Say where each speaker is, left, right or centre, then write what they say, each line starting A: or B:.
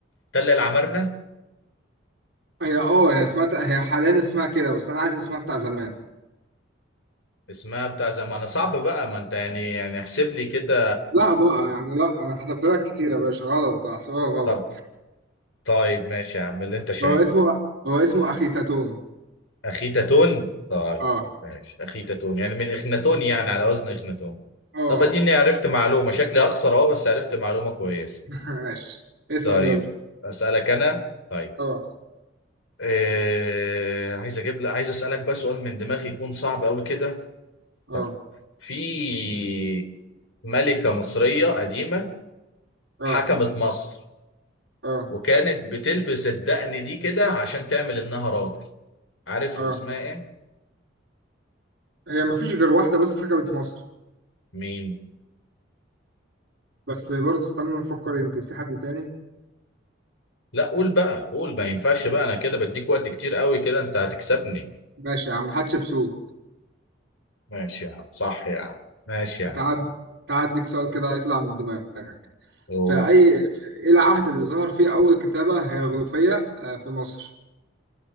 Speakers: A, on the left; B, on the right.
A: ده اللي عمرنا
B: هي اه هي اسمها هي حاليا اسمها كده بس انا عايز اسمها بتاع زمان
A: اسمها بتاع زمان صعب بقى ما انت يعني يعني احسب لي كده
B: لا بقى يعني لا انا حسبت لك كتير يا باشا غلط احسبها غلط
A: طب طيب ماشي يا عم اللي انت شايفه
B: هو اسمه هو اسمه اخي تاتون
A: اخيتاتون طيب
B: اه
A: ماشي اخيتاتون يعني من اخناتون يعني على وزن اخناتون
B: اه
A: طب اديني عرفت معلومة شكلي هخسر اهو بس عرفت معلومة كويسة
B: <laughs> ماشي اسأل
A: طيب
B: يلا
A: اسألك انا طيب
B: اه
A: إيه... عايز اجيب لك عايز اسألك بقى سؤال من دماغي يكون صعب قوي كده
B: اه
A: طيب في ملكة مصرية قديمة
B: اه
A: حكمت مصر
B: اه
A: وكانت بتلبس الدقن دي كده عشان تعمل انها راجل عارف
B: اه
A: اسمها ايه
B: هي مفيش غير واحدة بس حكمت مصر
A: مين
B: بس برضه استنى نفكر يمكن في حد تاني
A: لا قول بقى قول ما ينفعش بقى انا كده بديك وقت كتير قوي كده انت هتكسبني
B: ماشي يا عم حتشبسوت
A: ماشي يا عم صح يا عم ماشي يا عم
B: تعد تعديك سؤال كده هيطلع من دماغك
A: أوه.
B: في أي في إيه العهد اللي ظهر فيه أول كتابة هيروغليفية آه، في مصر؟